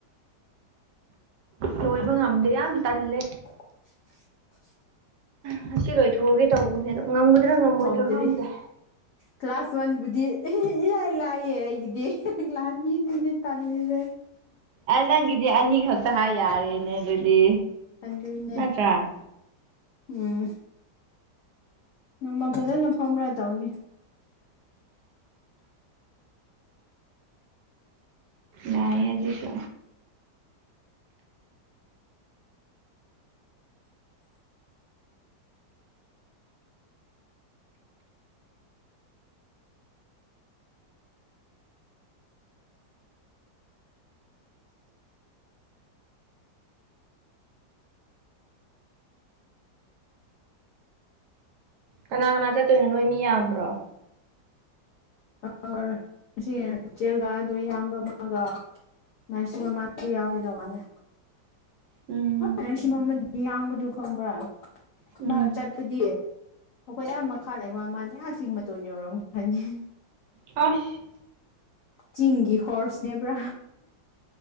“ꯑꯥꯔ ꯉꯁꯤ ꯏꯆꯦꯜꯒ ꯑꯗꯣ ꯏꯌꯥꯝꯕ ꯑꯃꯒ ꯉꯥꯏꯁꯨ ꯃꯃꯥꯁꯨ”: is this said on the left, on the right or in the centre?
Left